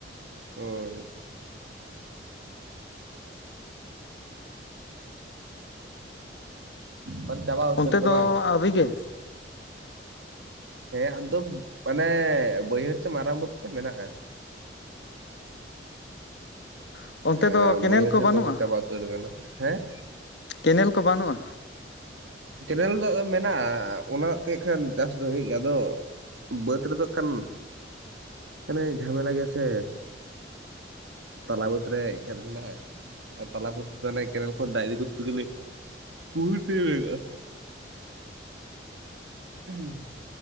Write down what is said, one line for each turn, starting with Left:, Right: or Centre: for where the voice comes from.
Right: ᱦᱳᱭ᱾ ᱢᱟᱱᱮ ᱪᱟᱵᱟ ᱩᱛᱟᱹᱨ
Left: ᱚᱱᱛᱮ
Right: ᱜᱮ
Left: ᱫᱚ
Right: ᱵᱟᱝ
Left: ᱟᱹᱰᱤᱣᱨᱤᱜᱮ᱾
Right: ᱦᱮᱸ ᱟᱠᱫᱚᱢ ᱢᱟᱱᱮ ᱵᱟᱹᱭᱦᱟᱹᱲ ᱢᱟᱨᱟᱝ ᱵᱟᱹᱛ ᱥᱮᱜ ᱢᱮᱱᱟᱜᱼᱟ᱾
Left: ᱚ ᱚᱱᱛᱮ
Right: ᱮᱸ
Left: ᱫᱚ ᱠᱮᱱᱮᱞ
Right: ᱵᱟᱹᱭᱦᱟᱹᱲ
Left: ᱠᱚ
Right: ᱥᱮᱫ
Left: ᱵᱟᱹᱱᱩᱜᱼᱟ
Right: ᱫᱚᱠᱚ ᱪᱟᱵᱟ ᱩᱛᱟᱹᱨ ᱠᱟᱱᱟ ᱦᱮᱸ᱾
Left: ᱠᱮᱱᱮᱞ ᱠᱚ ᱵᱟᱹᱱᱩᱜᱼᱟ?
Right: ᱠᱮᱱᱮᱞ ᱫᱟᱜ ᱫᱚ ᱢᱮᱱᱟᱜᱼᱟ ᱚᱱᱟ ᱛᱮ ᱠᱷᱟᱱ ᱪᱟᱥ ᱫᱚ ᱦᱳᱭᱳᱜ ᱜᱮᱭᱟ ᱟᱫᱚ ᱵᱟᱹᱫᱽ ᱨᱮᱫᱚ ᱠᱟᱱ ᱟᱱᱮ ᱡᱷᱟᱢᱮᱞᱟ ᱜᱮ ᱥᱮ᱾ ᱛᱞᱟᱵᱩᱛ ᱨᱮ ᱠᱷᱮᱛᱱᱟ ᱢᱮᱱᱟᱜᱼᱟ ᱾ ᱟᱨ ᱛᱟᱞᱟ ᱯᱩᱨ ᱢᱟᱱᱮ ᱠᱮᱱᱮᱞ ᱠᱷᱚᱱ ᱰᱟᱭᱤ ᱠᱚᱨᱛᱮ ᱜᱮᱞᱮ <unintelligible> ᱦᱳᱭᱳᱜᱼᱟ ᱾ ᱦᱩᱸ